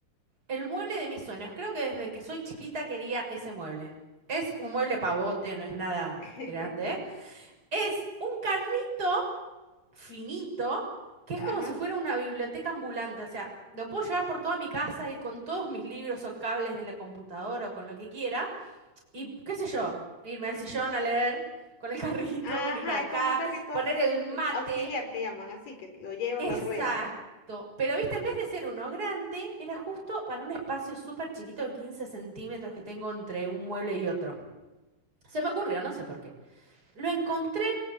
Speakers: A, on the right; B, on the left.
A: el mueble de mis sueños. Creo que desde que soy chiquita quería ese mueble. Es un mueble pavote, no es nada
B: <laughs>
A: grande, ¿eh? Es un carrito finito que es
B: Ajá.
A: como si fuera una biblioteca ambulante. O sea, lo puedo llevar por toda mi casa, ir con todos mis libros o cables de la computadora o con lo que quiera. Y qué sé yo, irme al sillón a leer con el carrito,
B: Ajá,
A: <laughs> venir para acá,
B: es como un carrito
A: poner
B: así,
A: el mate.
B: auxiliar que llaman, así que lo llevas,
A: Exacto.
B: lo ruedas.
A: Pero viste, en vez de ser uno grande, era justo para un espacio súper chiquito de 15 centímetros que tengo entre un mueble y otro. Se me ocurrió, no sé por qué. Lo encontré